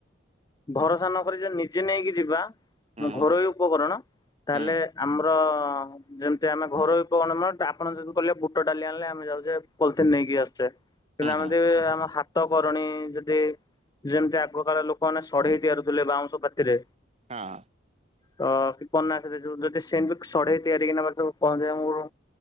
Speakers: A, on the left; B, on the right.
A: ଭରସା ନକ ଯଦି ନିଜେ ନେଇକି ଯିବା। ଘରୋଇ
B: ହୁଁ
A: ଉପକରଣ ତାହେଲେ
B: ହୁଁ
A: ଆମର ଯେମତି ଆମେ ଘରୋଇ କଣ ଆପଣ ଯଦି କହିଲେ ବୁଟ ଡାଲି ଆଣିଲେ ଆମେ ଯାଉଛେ ପଲିିନ ନେଇକି ଆସଛେ।
B: ହୁଁ
A: ୁ ଆମେ
B: ହୁଁ
A: ଯ ଆମ ହାତ କରଣୀ ଯଦି ଯେମିତି ଆଗକାାଳ ଲୋକମାନେ ସଢେଇ ତିଆାରୁଥିଲେ ବାଉଁଶ ପାତିରେ
B: ହଁ।
A: ତ କିନାସ ଯୋଉ ଯଦି ସେମତି ସଢେଇ ତିଆରି କି ନବା କହନ୍ତି ଆମକୁ